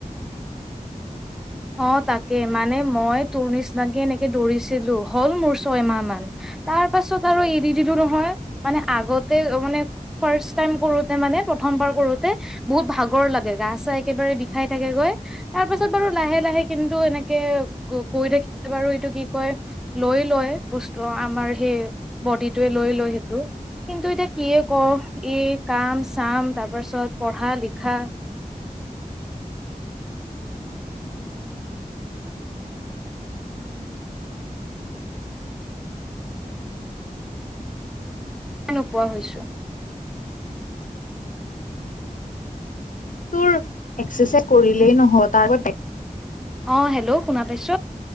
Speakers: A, in the centre; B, on the left.
A: অ', তাকে মানে মই তোৰ নিচিনাকে এনেকে দৌৰিছিলো হল মোৰ ছয়মাহ মান তাৰ পাছত আৰু এৰি দিলো নহয় মানে আগতে মানে ফাৰট টাইম কৰোতে মানে প্ৰথমবাৰ কৰোতে বহুত ভাগৰ লাগে গা চা একেবাৰে বিষাই থাকেগৈ তাৰ পাছত বাৰু লাহে লাহে কিন্তু এনেকে কৈ থাকিলে বাৰু এইটো কি কয় লৈ লয় বস্তু আমাৰ সেই বডিটোৱে লৈ লয় সেইটো কিন্তু এতিয়া কিয়ে কওঁ ই কাম চাম তাৰ পাছত পঢ়া লিখা নোপোৱা হৈছো। <inaudible>
B: তোৰ একাৰচাইজ কৰিলেই নহয় তাৰ
A: অ', হেল্ল' শুনা পাইছ?